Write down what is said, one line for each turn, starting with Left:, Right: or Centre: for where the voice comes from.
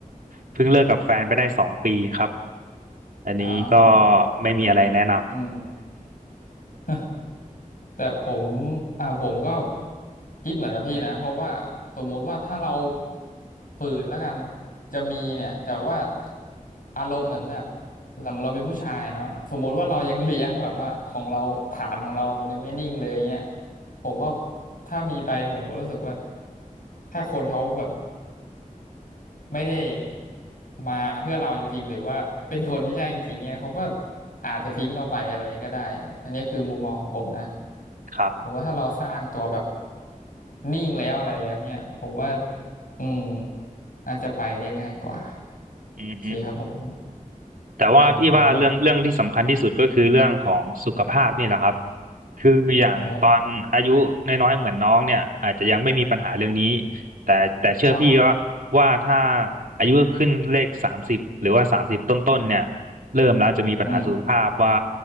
Right: เพิ่งเลิกกับแฟนไปได้สองปีครับอันนี้ก็
Left: อ้าว
Right: ไม่มีอะไรแนะน
Left: อืม <laughs> แต่ผมอ่าผมก็คิดเหมือนกับพี่นะเพราะว่าสมมุติว่าถ้าเราฝืนแล้วกันจะมีเนี่ยแต่ว่าอารมณ์เหมือนแบบเราเราเป็นผู้ชายเนาะสมมุติว่าเรายังเลี้ยงแบบว่าของเราฐานของเรามันยังไม่นิ่งเลยเงี้ยผมว่าถ้ามีไปผมก็รู้สึกว่าถ้าคนเขาแบบ ไม่ได้มาเพื่อเราจริงๆหรือว่าเป็นคนที่ใช่จริงๆเนี่ยเขาก็อาจจะทิ้งเราไปอะไรก็ได้อันนี้คือมุมมองของผมนะ
Right: ำ <laughs> ครับ
Left: ผมว่าถ้าเราสร้างตัวแบบนิ่งแล้วอะไรแล้วเนี่ยผมว่าอืมน่าจะไปได้ง่ายกว่า
Right: อืมฮึ
Left: โอเคครับผม
Right: แต่ว่าพี่ว่าเรื่องเรื่องที่สำคัญที่สุดก็คือเรื่องของสุขภาพนี่แหละครับ
Left: เออผมก็อืม
Right: คืออย่างตอนอายุน้อยๆเหมือนน้องเนี่ยอาจจะยังไม่มีปัญหาเรื่องนี้
Left: อ๋อ
Right: แต่แต่เชื่อพี่ว่าว่าถ้า
Left: ครับ
Right: อายุขึ้นเลขสามสิบหรือว่าสามสิบต้นๆเนี่ยเริ่มแล้วจะมีปัญหาสุขภาพว่า
Left: อืม